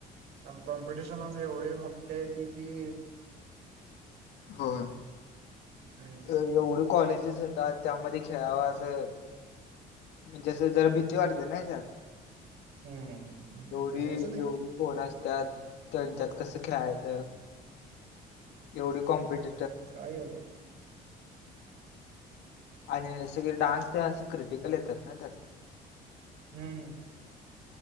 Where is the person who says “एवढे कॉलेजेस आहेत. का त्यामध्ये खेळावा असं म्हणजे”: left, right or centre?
Left